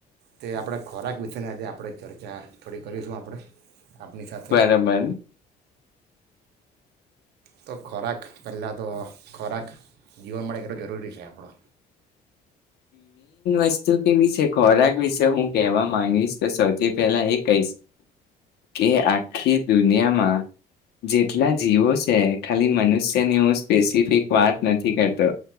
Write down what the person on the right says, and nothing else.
તે આપણા ખોરાક વિશેની આજે આપણે ચર્ચા થોડી કરીશું આપણે આપપની સાથે
તો ખોરાક પહેલાં તો ખોરાક જીવન માટેે કેટલો જરૂરી છે આપણો